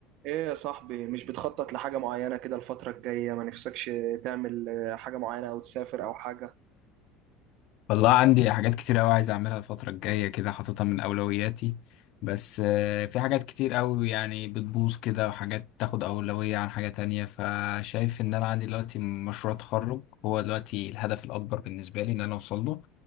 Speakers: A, on the right; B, on the left.
A: ايه يا صاحبي مش بتخطط لحاجة معينة كده الفترة الجاية ما نفسكش تعمل آه، حاجة معينة او تسافر او حاجة
B: والله عندي حاجات كتير أوي عايز أعملها الفترة الجاية كده حاططها من أولوياتي بس آه، في حاجات كتير أوي يعني بتبوظ كده وحاجات تاخد أولوية عن حاجة تانية فشايف إن أنا عندي دلوقتي مشروع تخرج هو دلوقتي الهدف الأكبر بالنسبة لي إن أنا أوصل له